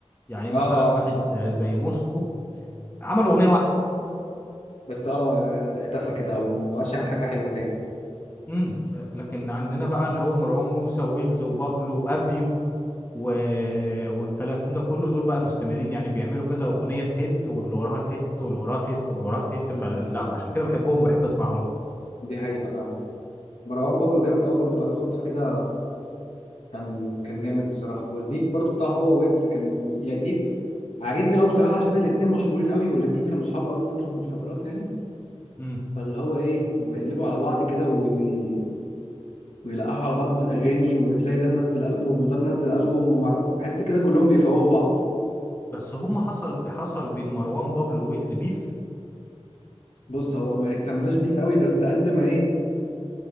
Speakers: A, on the left; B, on the left.
A: يعني مثلا
B: اه اه
A: واحد زي موسكو عمل اغنيه واحده
B: بس اه اختفى كده ومبقاش يعمل حاجه حلوه
A: امم لكن عندنا بقى اللي هو مروان موسى ويجز وبابلو وابيو و... والكلام ده كله دول بقى مستمرين يعني بيعملوا كذا اغنيه تهت واللي وراها تهت واللي وراها تهت واللي وراها تهت
B: تاني
A: فلا عشان كده بحبهم وبحب اسمعه لهم
B: دي حقيقة فعلا مروان بابلو جامد أوي برضه بقاله فترة كده كان كان جامد بصراحة والبيف برضه بتاع هو ويجز كان لذيذ عاجبني أوي بصراحة عشان الاتنين مشهورين أوي والاتنين كانوا صحاب أوي في فترة من الفترات يعني
A: امم
B: فاللي هو إيه لما يقلبوا على بعض كده وي- ويلقحوا على بعض في الأغاني وتلاقي ده منزل ألبوم وده منزل ألبوم ومعر- بحس كده كلهم بيفوقوا بعض
A: بس هم حصل حصل بين مروان بابلو ويجز بيف
B: بص هو ما يتسماش بيف أوي بس قد ما إيه